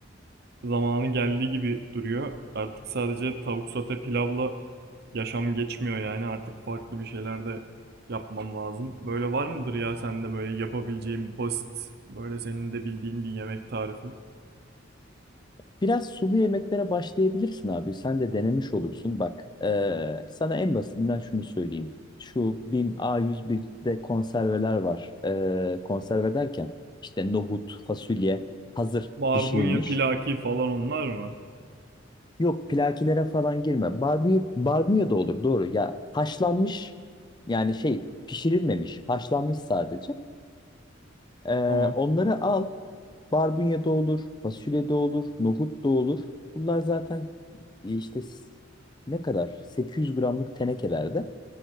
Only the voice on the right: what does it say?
zamanı geldi gibi duruyor. Artık sadece tavuk sote pilavla yaşam geçmiyor yani. Artık farklı bir şeyler de yapmam lazım. Böyle var mıdır ya sende böyle yapabileceğim basit, böyle senin de bildiğin bir yemek tarifi?
Barbunya,
pilaki falan onlar mı?
Tamam.